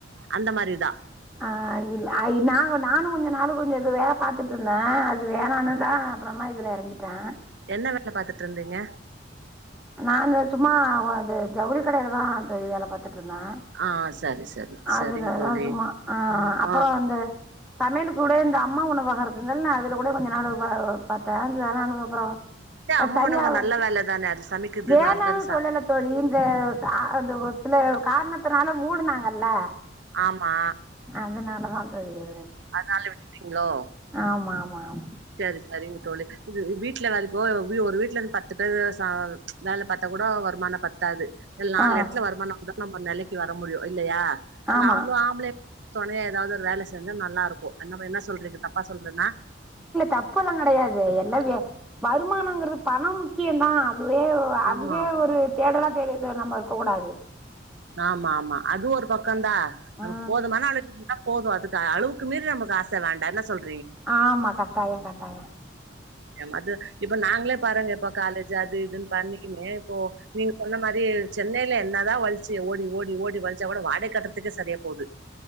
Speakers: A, on the right; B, in the centre.
A: அந்த மாதிரிதான்
B: ஆஹ் இல்ல நா நானும் கொஞ்சம நானும் கொஞ்சம் இங்க வேலை பாத்துட்டு இருந்தேன்து து வேணனுதான் அப்புறமா இதுல இறங்கிட்டான்
A: என்ன வேலை பாத்துட்டு இருந்தீங்க
B: நான் அந்த சும்மா அ ஜவுளி கடையிலதான் தோழி வேலை பாத்து ந்தா
A: ஆ சரி சரி
B: அதுலதான்
A: சரிங்க தோழி
B: சும்மா ஆஹ்
A: ஆ
B: அப்றம்
A: ஆ
B: வந்து சமையலுக்கு கூட இந்த அம்மா உணவகம் இருக்குங்கல நான் அதுல கூட கொஞ்ச நாள் பாத்தன் வேணானுக்குப்புறம்
A: ஏ
B: அது
A: அம்மா
B: சரியா
A: உணவகம்
B: வரல
A: நல்ல வேல தானே அது சமைக்குது
B: வேணாணு
A: நாலு பேரு சாப்
B: சொல்லல தோழி இந்த அது சில காரணத்தினால மூடுனாங் கல்ல
A: ஆமா
B: அதுனாலதான் ஐயோ
A: அதனால விட்டுடீங்ளோ
B: ஆமா ஆமா ஆமா
A: சரி சரிங்க தோழி இது வீட்டுல வேலை போ ஒரு வீட்டு்ல இருந்து பத்து பேரு வேலை பாத்தா கூட வருமானம் பத்தாது இ நாலு
B: ஆ
A: இடத்துல வருமானம் நம்ம நிலைக்கு வர முடியும் இல்லயா
B: ஆமா
A: நாமளும் ஆம்பள துணையா ஏதாவது ஒரு வேலை செஞ்சா நல்லாருக்கும் என்னப்பா என்ன சொல்றீங்க தப்பா சொல்றேனா
B: தப்புல்லாம் கெடையாது எல்ல வருமானங்றது பணம் முக்கியம் தான் அதுவே அதுவே
A: ஆமா
B: ஒரு தேடலா தெரிது நம்ம இருக்க கூடாது
A: ஆமா ஆமா அது ஒரு பக்கம்தான் நமக்கு
B: ஆ
A: போதுமான அளவு போதும் அதுக்கு அளவுக்கு மீறி நமக்கு ஆசை வேண்டாம் என்ன சொல்ற
B: ஆமா கட்டாயம் கட்டாயம்
A: மது இப்ப நாங்களே பாருங்க இப்ப காலேஜ் அது இதுன்னு பண்ணிகினு இப்போ நீங்க சொன்ன மாரி சென்னையில என்னாதான் வள ஓடி ஓடி ஓடி விச்சா கூட வாடக கட்டுறதுக்கே சரியா போகுது